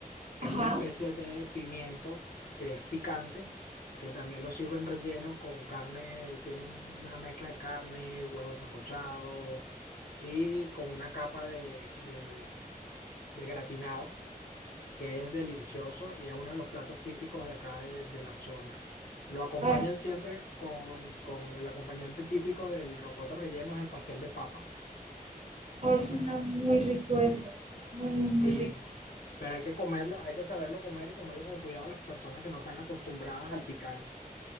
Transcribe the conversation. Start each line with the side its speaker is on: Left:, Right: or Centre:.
Left: Es
Right: Ajá.
Left: una especie de pimiento que es picante, que también lo sirven relleno con carne, tiene un- una mezcla de carne, huevos sancochados y con una capa de, de de gratinado que es delicioso y es uno de los platos típicos de acá de, de la zona. Lo acompañan
Right: Ay,
Left: siempre con, con el acompañante típico del rocoto relleno, es el pastel de papa.
Right: oh, suena muy rico eso. Muy, muy,
Left: Sí,
Right: muy rico.
Left: pero hay que comerlo, hay que saberlo comer y comerlo con cuidado a las personas que no están acostumbradas al picante.